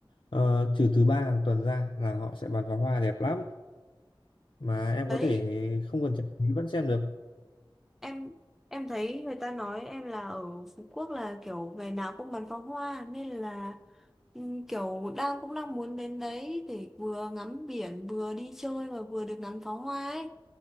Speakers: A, on the left (about 70°); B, in the centre.
A: Ờ, trừ thứ ba hàng tuần ra là họ sẽ bắn pháo hoa đẹp lắm, mà em
B: đấy
A: có thể không cần trả phí vẫn xem được.
B: em em thấy người ta nói em là ở Phú Quốc là kiểu ngày nào cũng bắn pháo hoa nên là ừm, kiểu đang cũng đang muốn đến đấy để vừa ngắm biển vừa đi chơi và vừa được ngắm pháo hoa ấy